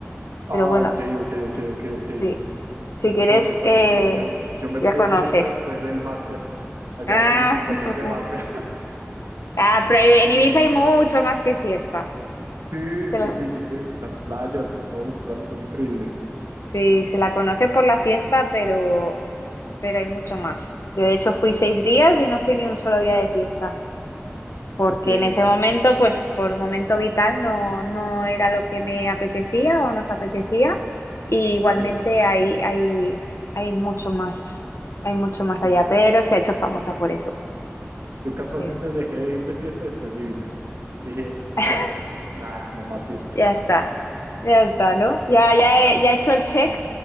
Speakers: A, on the right; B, on the left.
A: ah,
B: Pero bueno,
A: ok,
B: s-
A: ok, ok, ok, ok.
B: sí, si quieres,
A: No, yo conozco,
B: eh,
A: yo, yo me
B: ya
A: fui
B: conoces.
A: de fiesta después del máster, allá
B: Ah,
A: con mis compañeros
B: <laughs>
A: de máster.
B: ah, pero ahí-
A: Ay,
B: en
A: Ibiza.
B: Ibiza hay mucho más que fiesta.
A: Sí,
B: Se
A: sí,
B: la-
A: sí, yo sé, las playas y todos los planes son increíbles.
B: sí, se la conoce por la fiesta, pero... pero hay mucho más. Yo de hecho fui seis días y no fui ni un solo día de fiesta, porque
A: Ok,
B: en ese
A: ok,
B: momento, pues por momento vital, no, no era lo que me apetecía o nos apetecía. Y igualmente
A: ok,
B: hay, hay, hay mucho más, hay mucho más allá,
A: ok.
B: pero se ha hecho famosa por eso.
A: Yo casualmente
B: Eh,
A: dejé de ir de fiesta después de Ibiza. Dije,
B: <laughs>
A: ya, nada, no más fiesta.
B: Ya está, ya está, ¿no? Ya, ya he, ya he hecho el check